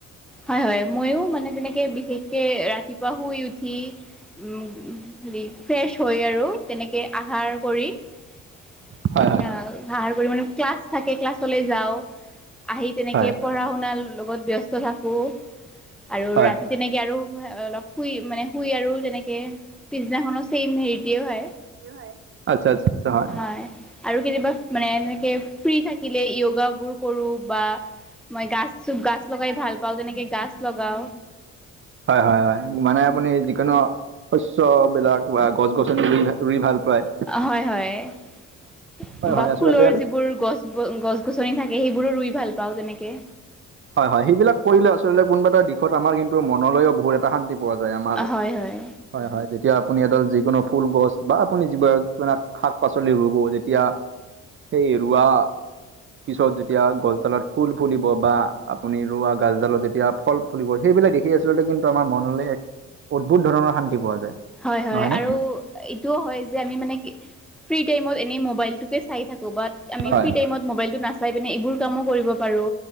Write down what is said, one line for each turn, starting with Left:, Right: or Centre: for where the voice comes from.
Centre: হয়-হয়। ময়ো মানে তেনেকে বিশেষকে ৰাতি <unintelligible> ৰাতিপুৱা শুই উঠি <unintelligible> উম-উম <unintelligible> ফ্ৰেছ হৈ আৰু তেনেকে আহাৰ কৰি <unintelligible>
Right: হয় হয়
Centre: আহ <unintelligible> ধাৰ কৰি মানে ক্লাছ থাকে ক্লাছ। ক্লাছলে যাওঁ, আহি তেনেকে
Right: হয়
Centre: পঢ়াশুনাৰ লগত ব্যস্ত থাকোঁ। <unintelligible> আৰু
Right: হয়
Centre: ৰাতি তেনেকে আৰু অলপ শুই মানে শুই আৰু তেনেকে <unintelligible> পিছদিনা খনো চেইম সেইটোৱে হয়।
Right: সেইটোৱে হয়। আচ্ছা-আচ্ছা হয়।
Centre: হয়। আৰু কেতিয়াবা মানে এনেকে ফ্ৰি থাকিলে য যৌগাবোৰ কৰো বা মই গছ-গছ লগাই ভাল পাওঁ তেনেকে গাছ লগাও
Right: হয়-হয়-হয়, মানে আপুনি যিকোনো শস্যবিলাক বা গছ-গছনি ৰুই, ৰুই ভাল পায়।
Centre: অ' হয়-হয়
Right: হয়
Centre: বা
Right: হয় আচলতে
Centre: ফুলৰ যিবোৰ গছ গছ-গছনি থাকে, সেইবোৰো ৰুই ভাল পাওঁ তেনেকে।
Right: হয়-হয়, সেইবিলাক কৰিলে আচলতে কোনোবা এটা দিশত আমাৰ কিন্তু মনলৈও বহুত এটা শান্তি পোৱা যায় আমাৰ
Centre: হয় হয়
Right: হয়-হয় তেতিয়া আপুনি এডাল যিকোনো ফুল গছ বা আপুনি যিবিলাক শাক-পাচলি ৰুব যেতিয়া সেই ৰোৱা পিছত যেতিয়া গছডালত ফুল ফুলিব বা আপুনি ৰোৱা গছডালত যেতিয়া ফল ফুলিব, সেইবিলাক দেখি আচলতে কিন্তু আমাৰ মনলে এক অদ্ভুত ধৰণৰ শান্তি পোৱা যায়।
Centre: হয়-হয়
Right: নহয়নে?
Centre: আৰু এইটোও হয় যে আমি মানে কি ফ্ৰী টাইমত এনে মোবাইলটোকে চাই থাকো। বা আমি
Right: হয়।
Centre: ফ্ৰী টাইমত মবাইলটো নাচাওঁ। চাই পিনে এইবোৰ কামো কৰিব পাৰো